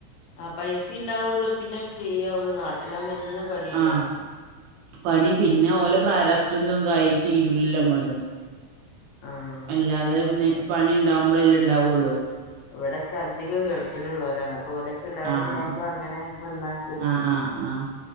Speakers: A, on the left; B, on the right.
A: ആഹ് പൈസ ഉണ്ടാവുള്ളു പിന്നെ ഫ്രീ ആവുള്ളു നാട്ടിലാകുമ്പം എന്നും പണിയല്ലേ
B: ആഹ്പണി പിന്നേ ഒല പ്രാരപ്ത്തന്തായിതീരുല്ലേ മ്മള്
A: ആഹ്
B: അല്ലാതെ പിന്നെ പണി ഇണ്ടാവുമ്പോളല്ലേ ഇണ്ടാവുള്ളൂ.
A: ഇവിടൊക്കെ അധികം ഗൾഫിലുള്ളവരാണ് അപ്പോ ഓലൊക്കെ എല്ലാവരും
B: ആഹ്
A: ഉണ്ടാകുമ്പോ അങ്ങനെ വന്നാൽ
B: ആഹ് ആഹ് ആഹ്.